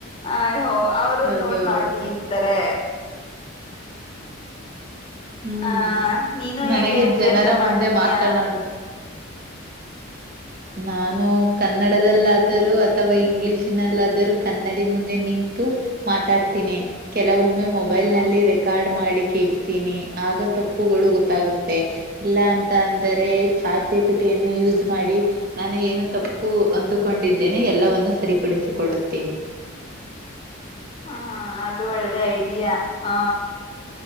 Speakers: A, on the left; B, on the right.
A: ಅಯೋ ಅವರು
B: ಹೌದೌದು
A: ನೋಡ್ ಮಾಡಿ ಇಂತಾರೆ
B: ಹ್ಮ್
A: ಆ ನೀನು
B: ನನಗೆ
A: ಹೇಗೆ ಅಭ್ಯಾಸ
B: ಜನರ
A: ಮಾಡ್ತಯ
B: ಮುಂದೆ ಮಾತನಾಡ ನಾನು ಕನ್ನಡದಲ್ಲಾದರೂ ಅಥವಾ ಇಂಗ್ಲಿಷಿನಲ್ಲಾದರೂ ಕನ್ನಡಿ ಮುಂದೆ ನಿಂತ ಮಾತಾಡ್ತೀನಿ ಕೆಲವೊಮ್ಮೆ ಮೊಬೈಲ್ ನಲ್ಲಿ
A: ಹ
B: ರೆಕಾರ್ಡ್ ಮಾಡಿ ಕೇಳ್ತೀನಿ ಆಗ ತಪ್ಪುಗಳು ಗೊತ್ತಾಗುತ್ತೆ ಇಲ್ಲ ಅಂತ ಅಂದರೆ ಚಾಜೆ ಪಿಟ್ಟ ಯೂಸ್ ಮಾಡಿ ನಾನು ಏನು ತಪ್ಪು ಅಂದುಕೊಂಡಿದ್ದೇನೆ ಎಲ್ಲವವನ್ನು ಸರಿಪಡಿಸಿಕೊಳ್ಳುತ್ತೇನೆ ಹ <unintelligible>
A: ಹಾ ಅದು ಒಳ್ಳೆ ಐಡಿಯಾ ಹಾ